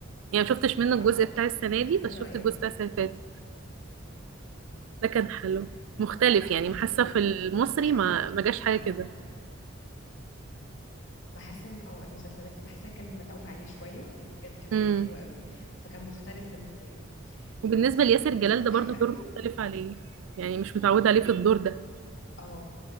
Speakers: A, on the right; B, on the left.
A: يعني شفتش
B: بصراحة
A: منه الجزء
B: اه
A: بتاع السنة
B: بحب
A: دي بس
B: النوعية
A: شفت الجزء
B: دي
A: بتاع
B: جدا
A: السنة اللي فاتت ده كان حلو مختلف
B: اه لا
A: يعني
B: لذيذ
A: حاسة
B: جدا
A: في المصري
B: يعني بحب
A: ما
B: ال...
A: ما جاش حاجة
B: اه
A: كده
B: بحس ان اه المسلسلات دي بحسها كان متعوب عليه شويه وبجد كان معمول
A: امم
B: حلو قوي فكان مختلف بالنسبه لي
A: وبالنسبة
B: بس
A: لياسر
B: آه، مثلا
A: جلال ده
B: بحب
A: برضو دور
B: قوي
A: مختلف عليه يعني مش متعودة عليه في الدور ده
B: اه